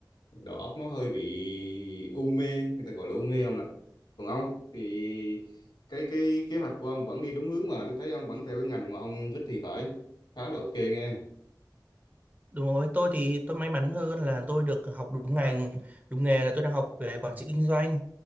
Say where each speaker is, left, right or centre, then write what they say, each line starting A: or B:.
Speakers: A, on the left (about 75°); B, on the right (about 25°).
A: đầu óc nó hơi bị u mê người ta gọi là u mê không ạ còn ông thì cái cái kế hoạch của ông vẫn đi đúng hướng mà tôi thấy ông vẫn theo cái ngành mà ông thích thì phải khá là ok nghe
B: Đúng rồi, tôi thì tôi may mắn hơn là tôi được học đúng ngành, đúng nghề là tôi đang học về quản trị kinh doanh.